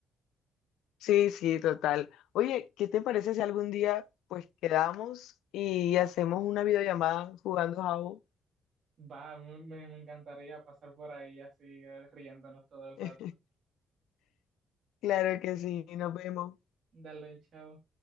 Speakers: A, on the left (about 85°); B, on the right (about 55°).
A: sí, sí, total. Oye, ¿qué te parece si algún día pues quedamos y hacemos una videollamada jugando Jao?
B: Va, me, me encantaría pasar por ahí así eh, riéndonos todo el rato.
A: <laughs> Claro que sí, nos vemos.
B: Dale, chao.